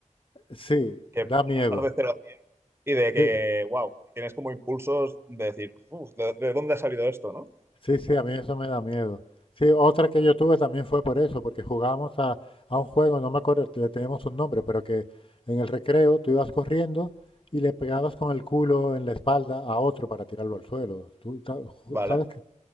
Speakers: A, on the left; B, on the right.
A: sí,
B: que
A: da
B: de
A: miedo.
B: pasar de cero a cien y de que,
A: Sí,
B: wow, tienes como impulsos de decir, "Uf, ¿de, de dónde ha salido esto, no?
A: Sí, sí, a mí eso me da miedo. Sí, otra que yo tuve también fue por eso, porque jugábamos a, a un juego, no me acuerdo, le teníamos un nombre, pero que en el recreo tú ibas corriendo y le pegabas con el culo en la espalda a otro para tirarlo al suelo. ¿Tú ta- ju-
B: Vale,
A: sabes que,